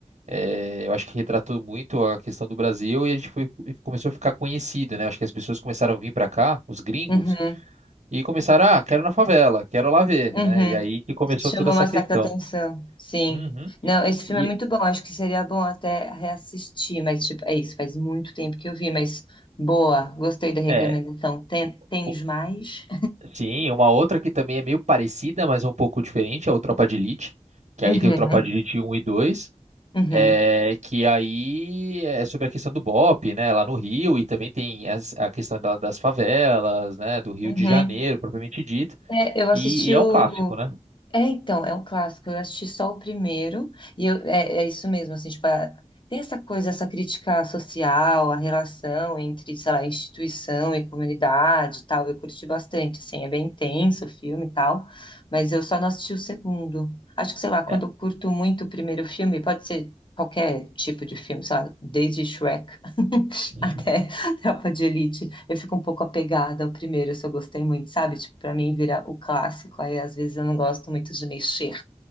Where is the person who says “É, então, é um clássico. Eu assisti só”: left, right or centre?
Left